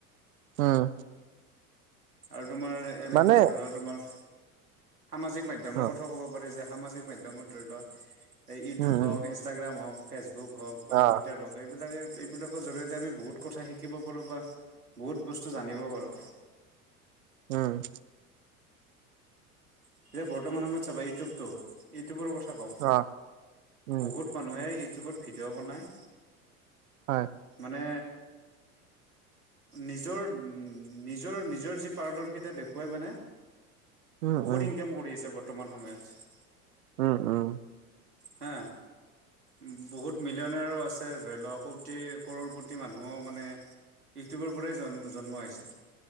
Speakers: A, on the right; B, on the right.
A: উম
B: আৰু তোমাৰ এনেতে
A: মানে
B: ধৰি লোৱা তোমাৰ সামাজিক মাধ্যমৰ
A: অ
B: কথাও ক'ব পাৰি যে সামাজিক মাধ্যমত ধৰি লোৱা ইউটিউব
A: উম উম
B: হওক ইনষ্টাগ্ৰাম হওক ফেচবুক হওক বা
A: অ
B: টুইটাৰ হওক এইবিলাকে এইবিলাকৰ জৰিয়তে আমি বহুত কথা শিকিব পাৰো বা বহুত বস্তু জানিব পাৰো
A: উম
B: এতিয়া বৰ্তমান সময়ত চাবা ইউটিউবতটো ইউটিউবৰ কথা কওঁ
A: অ উম
B: বহুত মানুহে ইউটিউবত ভিডিঅ' বনায়
A: হয়
B: মানে নিজৰ নিজৰ নিজৰ যি পাৰদৰ্শিতা দেখুৱাই মানে
A: উম
B: বহুত
A: উম
B: ইনকাম কৰি আছে বৰ্তমান সময়ত।
A: উম উম।
B: হা! উম বহুত মিলিয়নৰো আছে ধৰি লোৱা কোটি কৰৰপতি মানুহো মানে ইউটিউবৰ পৰাই জন জন্ম হৈছে।